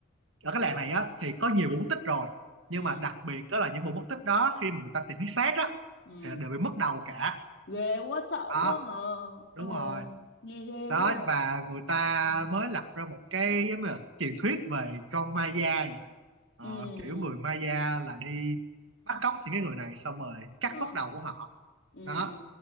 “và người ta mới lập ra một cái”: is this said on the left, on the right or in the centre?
Right